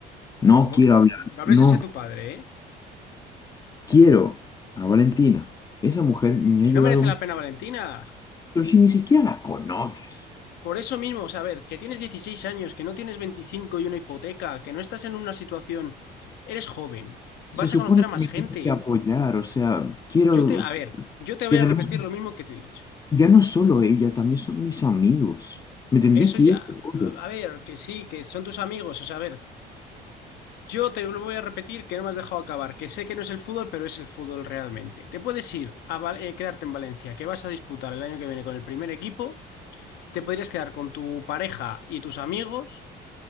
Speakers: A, on the left; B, on the left.
A: no
B: ¿Cómo
A: quiero
B: que
A: hablar,
B: no hables
A: no,
B: así a tu padre, ¿eh?
A: quiero a Valentina, esa mujer me
B: Que
A: ha ayudado,
B: no merece
A: mucho,
B: la pena, Valentina.
A: pero si ni siquiera la conoces.
B: Por eso mismo, o sea, a ver, que tienes 16 años, que no tienes 25 y una hipoteca, que no estás en una situación, eres joven, vas
A: Se supone
B: a conocer a
A: que
B: más
A: me
B: gente.
A: tienes que apoyar, o sea, quiero...
B: Yo te, a ver, yo te voy
A: Y además,
B: a repetir lo mismo que te he dicho.
A: ya no solo ella, también son mis amigos. Me tendría
B: Eso
A: que
B: ya,
A: ir de todo.
B: a ver, que sí, que son tus amigos, o sea, a ver, yo te lo voy a repetir que no me has dejado acabar, que sé que no es el fútbol, pero es el fútbol realmente. Te puedes ir a Val- eh, quedarte en Valencia, que vas a disputar el año que viene con el primer equipo, te podrías quedar con tu pareja y tus amigos